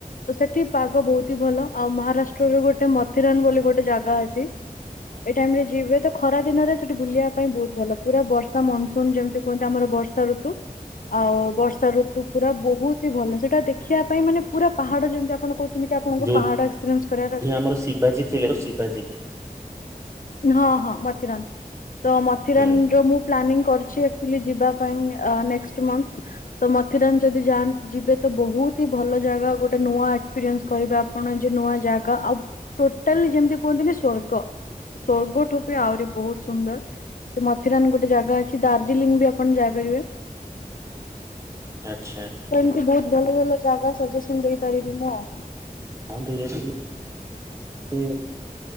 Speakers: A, on the left (about 65°); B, on the right (about 20°).
A: ତ ସେଠି ପାଗ ବହୁତ ହି ଭଲ ଆଉ ମହାରାଷ୍ଟ୍ରର ଗୋଟେ ମଥିରାନ୍ ବୋଲି ଗୋଟେ ଜାଗା ଅଛି ଏଇ ଟାଇମ ରେ ଯିବେ ତ ଖରା ଦିନରେ ସେଠି ବୁଲିବା ପାଇଁ ବହୁତ ଭଲ ପୁରା ବର୍ଷା ମନ୍ ଶୁନ ଯେମିତି କୁହନ୍ତି ଆମର ବର୍ଷା ଋତୁ ଆଉ ବର୍ଷା ଋତୁ ପୁରା ବହୁତ ହି ଭଲ ସେଇଟା ଦେଖିବା ପାଇଁ ମାନେ ପୁରା ପାହାଡ ଯେମିତି ଆପଣ କହୁଛନ୍ତି କି ଆପଣଙ୍କୁ
B: ଯୋଉଠି
A: ପାହାଡ ଏକ୍ସପିରିଏନ୍ସ କରିବାର ଅଛି
B: ଆମର ଶିବାଜୀ ଥିଲେ ଆଉ ଶିବାଜୀ
A: ହଁ ହଁ ମଥିରାନ୍ ତ ମଥିରାନରେ
B: ହୁଁ
A: ମୁଁ ପ୍ଲାନିଂ କରିଛୁ ଆକଚୁଆଲି ଯିବା ପାଇଁ ଅ ନେକ୍ସଟ୍ ମନ୍ଥ ତ ମଥିରାନ୍ ଯଦି ଯାନ ଯିବେ ତ ବହୁତ ହି ଭଲ ଜାଗା ଗୋଟେ ନୂଆ ଏକ୍ସପିରିଏନ୍ସ କରିବେ ଆପ ପଣ ଯେ ନୂଆ ଜାଗା ଆଉ ଟୋଟାଲି ଯେମିତି କୁହନ୍ତିନି ସ୍ଵର୍ଗ। ସ୍ୱର୍ଗ ଠୁ ବି ଆହୁରି ବହୁତ ସୁନ୍ଦର। ସେ ମଥିରାନ ଗୋଟେ ଜାଗା ଅଛି ଦାର୍ଜିଲିଂ ବି ଆପଣ ଯାଇପାରିବେ।
B: ଆଛା।
A: ଏମତି ବହୁତ ଭଲ ଭଲ ଜାଗା ସଜେସନ ଦେଇପାରିବି ମୁଁ ଆଉ।
B: <inaudible>